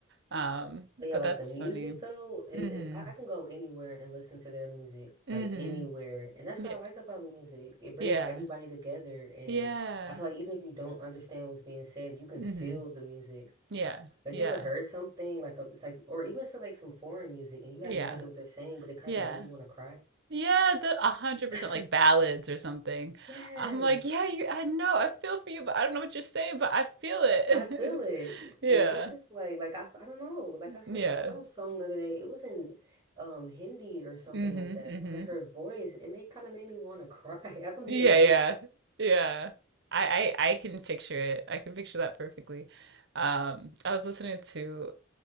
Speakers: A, on the right; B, on the right.
A: Um,
B: But yeah,
A: but
B: like
A: that's
B: the music
A: funny.
B: though, it,
A: Mm-hmm.
B: it I I can go anywhere and listen to their music,
A: Mm-hmm.
B: like anywhere. And that's what
A: Yeah.
B: I like about music. It brings
A: Yeah.
B: everybody together. And
A: Yeah.
B: I feel like even if you don't understand what's being said, you can
A: Mm-hmm.
B: feel the music.
A: Yeah,
B: Have
A: yeah,
B: you ever heard something like a, it's like or even it's like some foreign music and you have
A: yeah,
B: no idea what they're saying, but it kind
A: yeah,
B: of made you want to cry?
A: yeah. The a hundred
B: <laughs>
A: percent like ballads or something.
B: Yes.
A: I'm like, yeah, you, I know, I feel for you, but I don't know what you're saying, but I feel it.
B: I feel it.
A: <laughs> Yeah,
B: Like this is like like I I don't know. Like I heard
A: yeah,
B: some song the other day. It was in um Hindi or something
A: mm-hmm,
B: like that.
A: mm-hmm.
B: But her voice, it made kind of made me want to cry. <laughs> I don't
A: Yeah,
B: even know.
A: yeah, yeah. I, I, I can picture it. I can picture that perfectly. Um, I was listening to